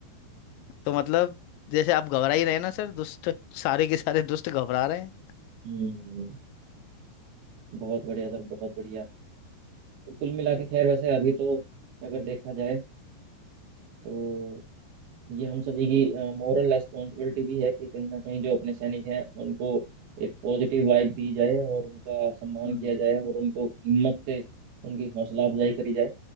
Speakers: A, on the left (about 85°); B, on the right (about 65°).
A: <laughs> तो मतलब जैसे आप घबरा ही रहे हैं ना सर दुष्ट सारे के सारे दुष्ट घबरा रहे हैं
B: हम्म बहुत बढ़िया सर बहुत बढ़िया तो कुल मिला के खैर वैसे अभी तो अगर देखा जाए तो ये हम सभी की मॉरल रेस्पॉन्सिबिलिटी भी है कि कहीं ना कहीं जो अपने सैनिक हैं उनको एक पॉजिटिव वाइब दी जाए और उनका सम्मान
A: हम्म।
B: किया जाए और उनको हिम्मत से उनकी हौसला अफजाई करी जाए